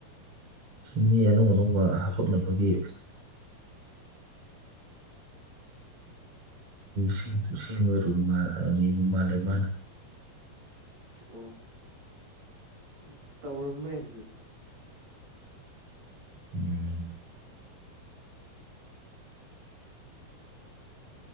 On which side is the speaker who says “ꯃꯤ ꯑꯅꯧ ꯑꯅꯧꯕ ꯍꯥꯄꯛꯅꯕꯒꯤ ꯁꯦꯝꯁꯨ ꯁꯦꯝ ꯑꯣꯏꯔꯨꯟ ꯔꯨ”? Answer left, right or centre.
Right